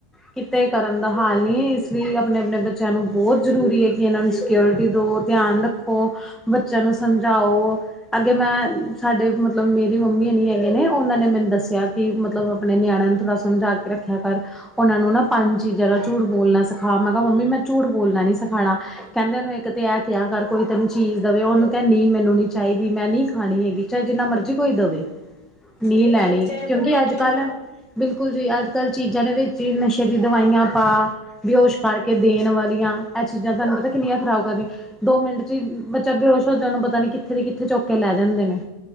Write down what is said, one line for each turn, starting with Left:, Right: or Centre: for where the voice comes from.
Centre: ਕਿਤੇ ਕਰਨ ਦਾ ਹਾਲ ਨੀ ਐ, ਇਸ ਲੀ ਅਪਣੇ-ਅਪਣੇ ਬੱਚ ਚਿਆਂ ਨੂੰ ਬੌਤ ਜ਼ਰੂਰੀ ਐ ਕਿ ਐਹਨਾਂ ਨੂੰ ਸਕਿਓਰਟੀ ਦੋ, ਧਿਆਨ ਰੱਖੋ, ਬੱਚਿਆਂ ਨੂੰ ਸਮਝਾਓ। ਅੱਗੇ ਮੈਂ ਸਾਡੇ ਮਤਲਬ ਮੇਰੀ ਮੰਮੀ ਹੋਣੀ ਹੈਗੇ ਨੇ ਓਹਨਾਂ ਨੇ ਮੈਨ ਦੱਸਿਆ ਕਿ ਮਤਲਬ ਅਪਣੇ ਨਿਆਣਿਆਂ ਨੂੰ ਥੋੜਾ ਸਮਝਾ ਕੇ ਰੱਖਿਆ ਕਰ। ਓਹਨਾਂ ਨੂੰ ਨਾ ਪੰਜ ਚੀਜ਼ਾਂ ਦਾ ਝੂਠ ਬੋਲਣਾ ਸਿਖਾ। ਮੈਂ ਕਿਆ ਮੰਮੀ ਮੈਂ ਝੂਠ ਬੋਲਣਾ ਨੀ ਸਿਖਾਣਾ। ਕੈੰਦੇ ਓਹਨੂੰ ਏਕ ਤੇ ਐਹ ਕਿਆ ਕਰ ਕੋਈ ਤੈਨੂੰ ਚੀਜ਼ ਦੇਵੇ ਓਹਨੂੰ ਕੈਹ ਨੀ ਮੈਨੂੰ ਨੀ ਚਾਈਦੀ ਮੈਂ ਨੀ ਖਾਣੀ ਹੈਗੀ। ਚਾਏ ਜਿੰਨਾ ਮਰਜ਼ੀ ਕੋਈ ਦਵੇ, ਨ੍ਹੀਂ
Left: ਸਹੀ
Centre: ਲੈਣੀ।
Left: ਗੱਲ ਹੈ ਚਾਹੇ ਆਪਣਾ
Centre: ਕਿਉਂਕਿ
Left: ਹੀ
Centre: ਅੱਜ-ਕੱਲ
Left: ਕਿਉਂ ਨਾ
Centre: ਬਿਲਕੁਲ ਜੀ, ਅੱਜ-ਕੱਲ ਚੀਜ਼ਾਂ ਦੇ ਵੇਚ ਈ ਨਸ਼ੇ ਦੀ ਦਵਾਈਆਂ ਪਾ ਬੇਹੋਸ਼ ਕਰਕੇ ਦੇਣ ਵਾਲੀਆਂ, ਐਹ ਚੀਜ਼ਾਂ ਤੁਆਨੂੰ ਪਤੈ ਕਿੰਨੀਆਂ ਖ਼ਰਾਬ ਕਰਦੀਐਂ। ਦੋ ਮਿੰਟ ਚੀ ਬੱਚਾ ਬੇਹੋਸ਼ ਹੋ ਜਾਣ ਓਹਨੂੰ ਪਤਾ ਨੀ ਕਿੱਥੇ ਦੇ ਕਿੱਥੇ ਚੁੱਕ ਕੇ ਲੈ ਜਾਂਦੇ ਨੇ।